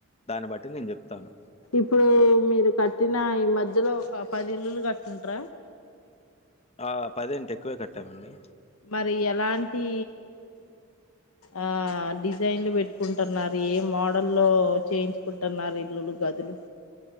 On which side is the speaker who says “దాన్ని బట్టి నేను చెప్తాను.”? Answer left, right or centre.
Left